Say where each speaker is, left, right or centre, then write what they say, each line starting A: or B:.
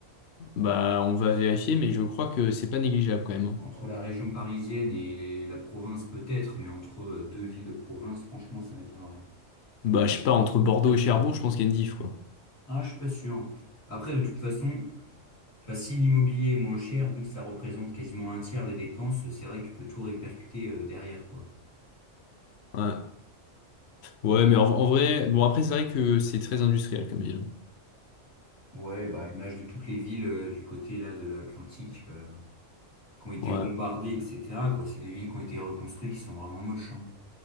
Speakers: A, on the left (about 60°); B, on the left (about 85°).
A: Bah, on va vérifier, mais je crois que c'est pas négligeable quand même. hein.
B: Entre la région parisienne et la province, peut-être, mais entre euh, deux villes de province, franchement, ça m'étonnerait.
A: Bah, je sais pas, entre Bordeaux et Cherbourg, je pense qu'il y a une diff, quoi.
B: Ah, je suis pas sûr. Après, de toute façon, enfin, si l'immobilier est moins cher, vu que ça représente quasiment un tiers des dépenses, c'est vrai que tu peux tout répercuter euh, derrière, quoi.
A: Ouais, ouais mais en, en vrai, bon, après, c'est vrai que c'est très industriel comme ville.
B: Ouais, bah, à l'image de toutes les villes euh, du côté là de l'Atlantique euh, qui ont été
A: Ouais,
B: bombardées, etc. quoi. C'est des villes qui ont été reconstruites qui sont vraiment moches, hein.